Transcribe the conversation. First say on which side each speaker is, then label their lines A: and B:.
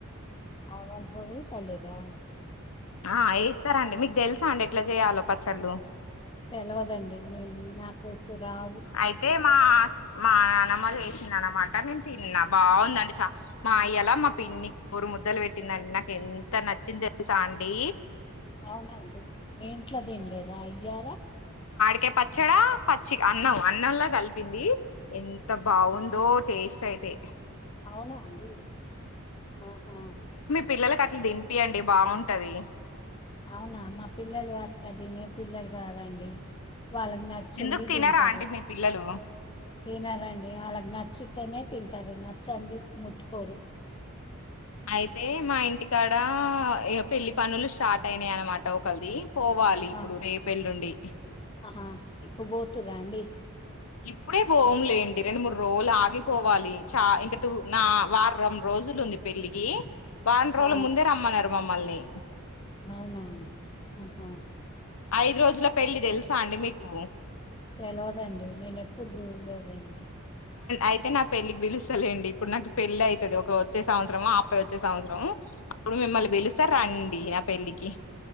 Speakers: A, on the left (about 20°); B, on the left (about 75°).
A: ఆవా పోడు చాలలా
B: ఆ వేస్తారండి మీకు తెలుసా అండి ఎట్లా చేయాలో పచ్చళ్ళు
A: తెలివదండి నేను నాకు ఎక్కు రావు
B: అయితే మా మా నానమ్మ చేసిందిన్నమాట నేను తిన్నా బాగుందండి చ మా అయ్యలా మా పిన్ని ఊరు ముద్దలు పెట్టిందండి నాకు ఎంత నచ్చింది తెలుసా అండి
A: అవునండి ఇంట్లో దన్లేదా అయ్యారా
B: ఒకే పచ్చడా పచ్చి అన్నం అన్నంలా కలిపింది ఎంత బాగుందో టేస్ట్ అయితే
A: అవునా అండి ఆహా
B: పిల్లలలకు అట్లా దింపియండి బాగుంటది
A: అవునా మా పిల్లలు కాదినే పిల్లలు కాదండి వాళ్ళకి నచ్చింది
B: ఎందుకు తినరా
A: తింటారు
B: అండి మీ పిల్లలు
A: తినారండి వాళ్ళకి నచ్చితేనే తింటాడు నచ్చండి ముట్కోరు
B: అయితే మా ఇంటికాడ పెళ్ళి పనులు స్టార్ట్ అయినాయి అనమాట ఒకది పోవాలి ఇప్పుడు
A: ఆ,
B: రేపెల్లిండి
A: ఆహా ఇప్పుడు పోతుర్రా అండి
B: ఇప్పుడే బోవంలేండి రెండు మూడు రోజులు ఆగిపోవాలి చ ఇంకూ నా వారం రోజు రోజులు ఉంది పెళ్లికి వారం రోజుల
A: ఆ
B: ముందే రమ్మన్నారు మమ్మల్ని
A: అవునా ఆహా
B: ఐదు రోజుల పెళ్ళి తెలుసా అండి మీకు
A: సలదండి నేన ఎప్పుడు చూడలేదండి
B: అయితే నా పెళ్ళికి పిలుస్తాలేండి ఇప్పుడు నాకు పెళ్లి అవుతుది ఒక వచ్చే సంవత్సరము అబ్పయి వచ్చే సంవత్సరము అప్పుడు మిమ్మల్ని వెలుస్తారు రండి నా పెళ్ళికి